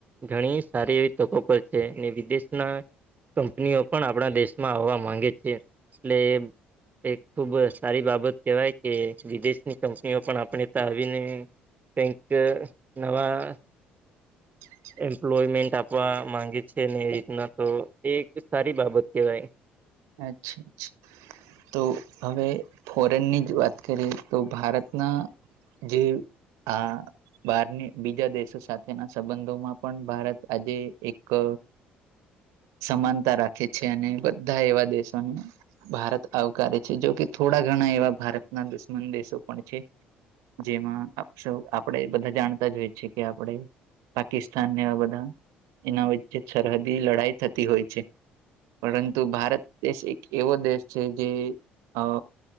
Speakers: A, on the right (about 30°); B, on the right (about 70°).
A: ઘણી સારી એવી તકો પર છે ને વિદેશના કંપનીઓ પણ આપણા દેશમાં આવવા માંગે છે એટલે એક ખૂબ સારી બાબત કહેવાય કે વિદેશની કંપનીઓ પણ આપણે તા આવીને તેંક નવા
B: <inaudible>
A: એમ્પ્લોયમેન્ટ આપવા માંગે છે ને એ રીતના તો એક સારી બાબત કહેવાય.
B: અચ્છા અચ્છા. તો હવે ફોરેનની જ વાત કરીએ તો ભારતના જે આ બારની બીજા દેશો સાથેના સંબંધોમાં પણ ભારત આજે એક સમાનતા રાખે છે અને બધા એવા દેશોને ભારત આવકારે છે, જો કે થોડા ઘણા એવા ભારતના દુશ્મન દેશો પણ છે. જેમાં <unintelligible> આપણેે બધા જાણતા જ હોઈ છેએ કે આપણે પાકિસ્તાનને બધા એના વચ્ચે સરહદી લડાઈ થતી હોય છે. પરંતુ ભારત દેશ એક એવો દેશ છે જે આ